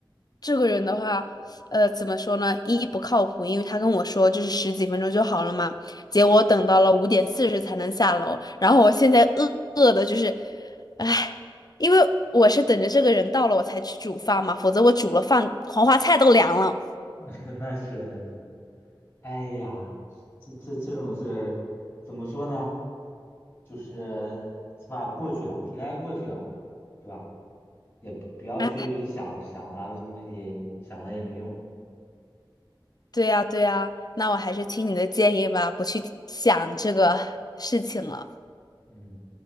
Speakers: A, on the left; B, on the left.
A: 这个人的话，呃，怎么说呢？一不靠谱，因为他跟我说就是十几分钟就好了嘛，结果等到了五点四十才能下楼，然后我现在饿饿的就是，唉，因为我是等着这个人到了我才去煮饭嘛，否则我煮了饭，黄花菜都凉了。
B: <laughs> 那是那是，哎呀，这这这种事儿怎么说呢？就是起码过去了，平安过去了嘛，是吧？也不要去想想了，
A: 啊，
B: 这东西想了也没用。
A: 对呀，对呀，那我还是听你的建议吧，不去想这个事情了。
B: 嗯。